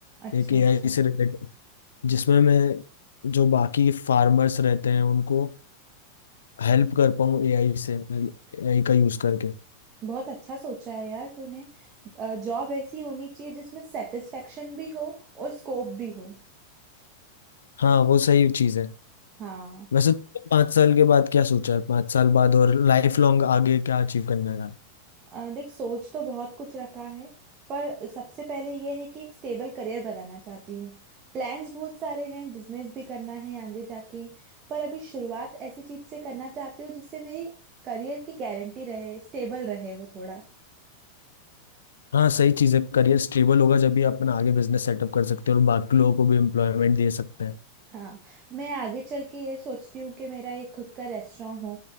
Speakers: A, on the right; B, on the left.
A: अच्छा
B: एक एआई
A: अच्छा
B: से रिलेटेड जिसमें मैं जो बाकी फार्मर्स रहते हैं उनको हेल्प कर पाऊँ एआई से एआई का यूज़ करके
A: बहुत अच्छा सोचा है यार तूने जॉब ऐसी होनी चाहिए जिसमें सेटिस्फेक्शन भी हो और स्कोप भी हो
B: हाँ वो सही चीज़ है
A: हाँ
B: वैसे तुमने पाँच साल के बाद क्या सोचा है पाँच साल बाद और लाइफ लॉन्ग आगे क्या अचीव करना है
A: अ, देख सोच तो बहुत कुछ रखा है पर सबसे पहले यह है कि एक स्टेबल करियर बनाना चाहती हूँ प्लान्स बहुत सारे हैं बिजनेस भी करना है आगे जाके पर अभी शुरुआत ऐसी चीज से करना चाहती हूँ जिससे मेरी करियर की गारंटी रहे स्टेबल रहे वो थोड़ा
B: हाँ सही चीजें करिए स्टेबल होगा जब भी अपन आगे बिजनेस सेटअप कर सकते हैं और बाकी लोगों को भी एम्प्लॉयमेंट दे सकते हैं
A: हाँ मैं आगे चल के ये सोचती हूँ कि मेरा एक खुद का रेस्टोरेंट हो